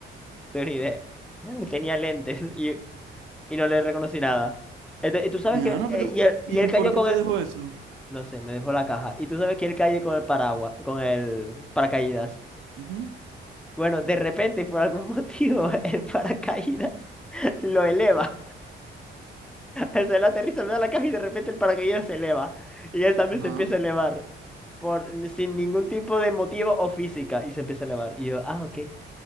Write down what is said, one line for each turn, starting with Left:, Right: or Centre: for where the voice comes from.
Centre: tengo ni idea. <laughs> Tenía lentes y, y no le reconocí nada. Ente- y tú sabes
Right: Ya,
Centre: que.
Right: no,
Centre: eh,
Right: pero,
Centre: y, él,
Right: ¿y
Centre: y él
Right: el
Centre: cayó
Right: por qué
Centre: con
Right: te
Centre: el.
Right: dejó eso?
Centre: No sé, me dejó la caja. Y tú sabes que él cayó con el paraguas, con el paracaídas.
Right: Ujú.
Centre: Bueno, de repente, por algún motivo, <laughs> el paracaídas lo eleva. <laughs> O sea, él aterriza, me da la caja y de repente el paracaídas se eleva. Y él también
Right: Ajá.
Centre: se empieza a elevar. Por, sin ningún tipo de motivo o física. Y se empieza a elevar. Y yo, ah, ok.